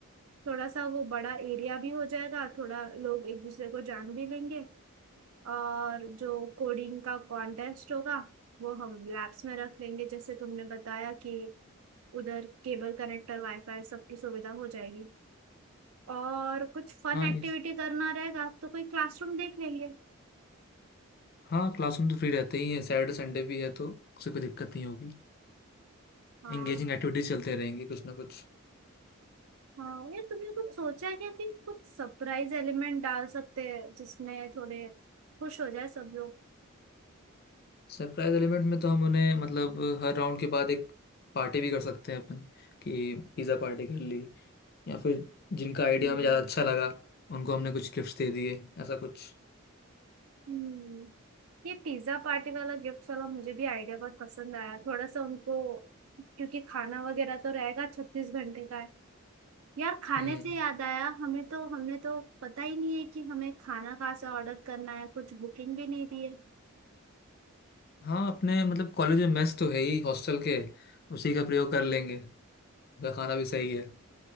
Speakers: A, on the right; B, on the left.
A: थोड़ा सा वो बड़ा एरिया भी हो जाएगा थोड़ा लोग एक दूसरे को जान भी लेंगे और जो कोडिंग का कॉन्टेस्ट होगा वो हम लैब्स में रख लेंगे जैसे तुमने बताया कि उधर केबल कनेक्टर वाईफाई सबकी सुविधा हो जाएगी और कुछ फन
B: हाँ
A: एक्टिविटी
B: इस
A: करना रहेगा तो कोई क्लासरूम देख लेंगे
B: हाँ क्लासरूम तो फ्री रहते ही हैं सैटरडे संडे भी है तो उससे कोई दिक्कत नहीं होगी
A: हाँ
B: एंगेजिंग एक्टिविटीज चलते रहेंगे कुछ ना कुछ
A: हाँ ये तुमने कुछ सोचा है क्या कि कुछ सरप्राइज एलिमेंट डाल सकते हैं जिसमें थोड़े खुश हो जाए सब लोग
B: सरप्राइज एलिमेंट में तो हम उन्हें मतलब हर राउंड के बाद एक पार्टी भी कर सकते हैं अपन कि पिज़्ज़ा पार्टी कर ली या फिर जिनका आइडिया
A: हम्म
B: हमें ज़्यादा अच्छा लगा उनको हमने कुछ गिफ्ट्स दे दिए ऐसा कुछ
A: हम्म ये पिज्जा पार्टी वाला गिफ्ट वाला मुझे भी आइडिया बहुत पसंद आया थोड़ा सा उनको क्योंकि खाना वगैरह तो रहेगा छत्तीस घंटे का है यार खाने
B: हम्म
A: से याद आया हमें तो हमने तो पता ही नहीं है कि हमें खाना कहाँ से ऑर्डर करना है कुछ बुकिंग भी नहीं दी है
B: हाँ अपने मतलब कॉलेज में मेस तो है ही हॉस्टल के उसी का प्रयोग कर लेंगे उनका खाना भी सही है